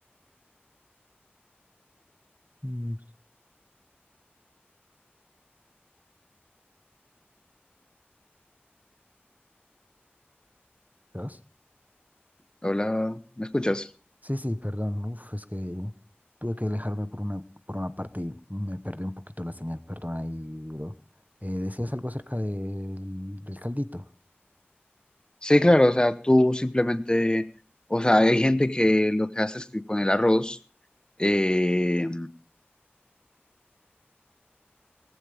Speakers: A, on the right (about 40°); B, on the left (about 20°).
A: mm, ¿Sabes?
B: Hola, ¿me escuchas?
A: Sí, sí, perdón. Uf, es que tuve que alejarme por una, por una parte y me perdí un poquito la señal. Perdón ahí, bro. Eh, decías algo acerca del, del caldito.
B: Sí, claro, o sea, tú simplemente, o sea, hay gente que lo que hace es que con el arroz, eh,